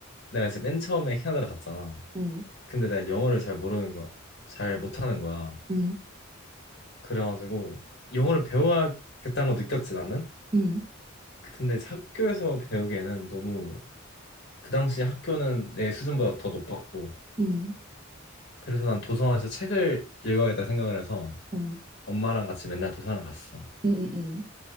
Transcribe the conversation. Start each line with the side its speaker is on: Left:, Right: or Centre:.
Left: 내가 이제 맨 처음에 캐나다를 갔잖아.
Right: 응,
Left: 근데 내가 영어를 잘 모르는 거, 잘 못하는 거야.
Right: 응,
Left: 그래가지고 영어를 배워야겠다는 거 느꼈지 나는.
Right: 응,
Left: 근데 이제 학교에서 배우기에는 너무 그 당시 학교는 내 수준보다 더 높았고
Right: 응,
Left: 그래서 난 도서관에서 책을 읽어야겠다 생각을 해서
Right: 어,
Left: 엄마랑 같이 맨날 도서관 갔어.
Right: 응, 응, 응,